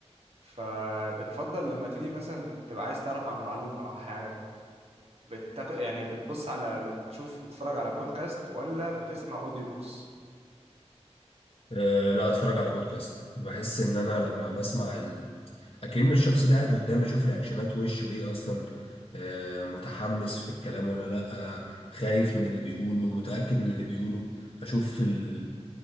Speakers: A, on the right (about 60°); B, on the left (about 60°).
A: فبتفضل لما تيجي مثلا تبقى عايز تعرف عن معلومه او حاجه بتك... يعني بتبص على بتشوف بتتفرج على بودكاست ولا بتسمع اوديو بوكس
B: أه لا أتفرج على بودكاست بحس إن أنا لما بسمع اكن الشخص ده قاعد قدامي اشوف رياكشنات وشه ايه اصلا آه، متحمس في الكلام ولا لا آه، خايف من اللي بيقوله متأكد من اللي بيقوله اشوف ال...